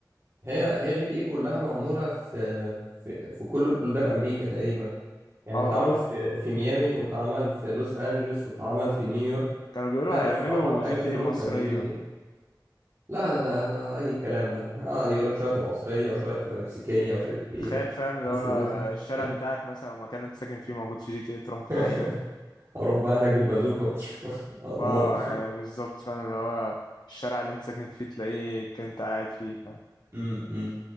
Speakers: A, on the right; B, on the left.
A: هي هي جي تي ايه كلها معمولة في في في كل بلدان امريكا تقريبا يعني
B: اه
A: اتعمل
B: اه
A: في في ميامي واتعمل في لوس انجلوس واتعمل في نيويورك
B: كانوا بيقولوا
A: لا
B: هيعملوا
A: والصراحة الاجزاء
B: جي تي
A: كلهم
B: ايه مصرية
A: كانوا جامدين لا ده, ده, ده اي كلام ده اه يقول لك شويه تبقى مصريه وشويه تبقى مكسيكيه ومش عارف ايه
B: تخيل فاهم اللي
A: بس
B: هو
A: الناس بت-
B: الشارع بتاعك مثلا او المكان اللي انت ساكن فيه موجود في جي تي اي تروح في
A: <laughs>
B: الحقيقة
A: اروح بقى هناك بالبازوكا وت- <laughs> ادمره
B: اه يعني بالظبط فاهم اللي هو الشارع اللي انت ساكن فيه تلاقيه كنت قاعد فيه فاهم
A: امم أمم.